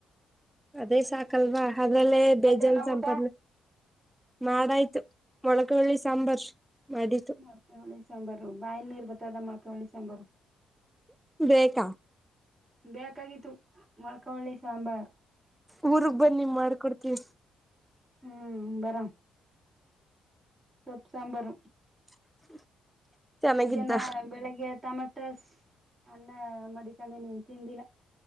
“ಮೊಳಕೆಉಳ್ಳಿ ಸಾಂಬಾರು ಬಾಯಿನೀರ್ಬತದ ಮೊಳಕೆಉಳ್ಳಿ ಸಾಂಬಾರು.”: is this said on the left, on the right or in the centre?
Right